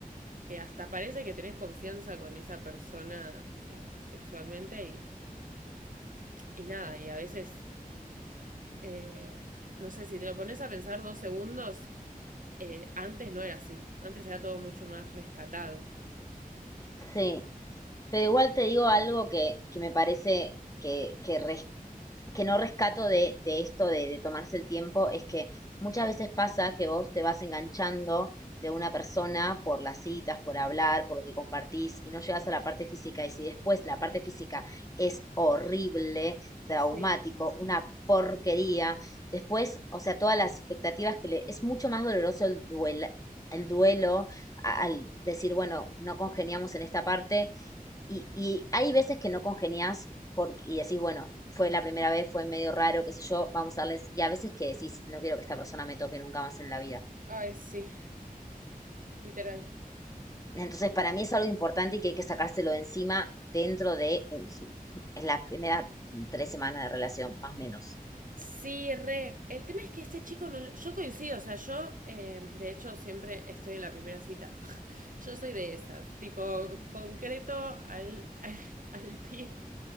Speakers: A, on the right (about 60°); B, on the left (about 25°).
A: que hasta parece que tenés confianza con esa persona eh, sexualmente y, y nada, y a veces, eh, no sé, si te lo pones a pensar dos segundos, eh, antes no era así, antes era todo mucho más rescatado.
B: Sí. Pero igual te digo algo que, que me parece que, que, res- que no rescato de, de esto de, de tomarse el tiempo, es que muchas veces pasa que vos te vas enganchando de una persona por las citas, por hablar, por lo que compartís y no llegas a la parte física. Y si después la parte física es horrible, traumático,
A: Sí.
B: una porquería, después, o sea, todas las expectativas que le... Es mucho más doloroso el duelo, el duelo al decir, bueno, no congeniamos en esta parte y, y hay veces que no congenias porque, y decís, bueno, fue la primera vez, fue medio raro, qué sé yo, vamos a darles. Y a veces que decís, no quiero que esta persona me toque nunca más en la vida.
A: Ay, sí, literal.
B: Entonces, para mí es algo importante y que hay que sacárselo de encima dentro de <laughs> en, las primeras tres semanas de relación, más o menos.
A: Sí, re. El tema es que este chico no... Yo coincido, o sea, yo eh, de hecho siempre estoy en la primera cita. <laughs> Yo soy de esas, tipo concreto al, al, al pie.